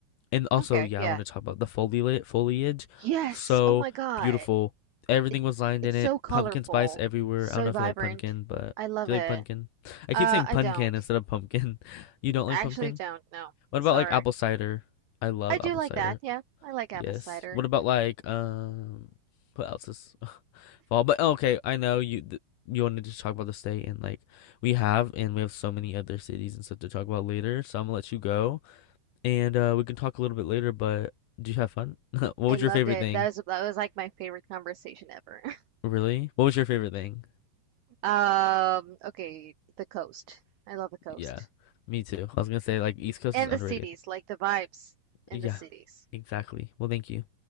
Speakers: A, on the left; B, on the right.
A: And also,
B: Okay,
A: yeah,
B: yeah.
A: I want to talk about the foliage foliage.
B: Yes.
A: So
B: Oh my God.
A: beautiful. Everything
B: It
A: was lined
B: it's
A: in it.
B: so colorful,
A: Pumpkin spice everywhere.
B: so
A: I don't know
B: vibrant.
A: if you like pumpkin, but
B: I love
A: do
B: it.
A: you like pumpkin? I
B: Uh,
A: keep saying
B: I
A: pumpkin
B: don't.
A: instead of pumpkin. <laughs> You don't
B: I
A: like pumpkin?
B: actually don't. No.
A: What
B: Sorry.
A: about like apple cider? I love
B: I do
A: apple
B: like
A: cider.
B: that. Yeah, I like apple
A: Yes.
B: cider.
A: What about like um what else is <laughs> fall? But okay, I know you th you wanted to talk about the state and like we have and we have so many other cities and stuff to talk about later. So I'm gonna let you go and uh we can talk a little bit later, but do you have fun? <laughs> What was
B: I loved
A: your favorite
B: it.
A: thing?
B: That was that was like my favorite conversation ever. <laughs>
A: Really? What was your favorite thing?
B: Um, okay, the coast. I love the coast.
A: Yeah, me too. I was gonna say like East Coast
B: And
A: is underrated.
B: the cities, like the vibes in
A: Yeah,
B: the cities.
A: exactly. Well, thank you.